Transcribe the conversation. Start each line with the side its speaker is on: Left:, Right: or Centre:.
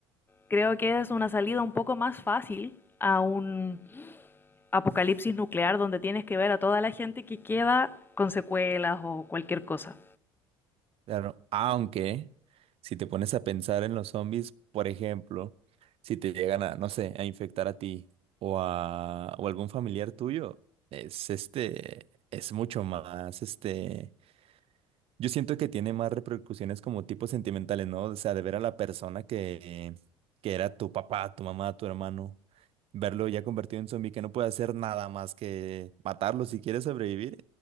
Left: creo que es una salida un poco más fácil a un apocalipsis nuclear donde tienes que ver a toda la gente que queda con secuelas o cualquier cosa.
Right: Claro, aunque si te pones a pensar en los zombies, por ejemplo, si te llegan a, no sé, a infectar a ti o a o algún familiar tuyo, es este, es mucho más, este, yo siento que tiene más repercusiones como tipo sentimentales, ¿no? O sea, de ver a la persona que, que era tu papá, tu mamá, tu hermano, verlo ya convertido en zombie que no puede hacer nada más que matarlo si quiere sobrevivir,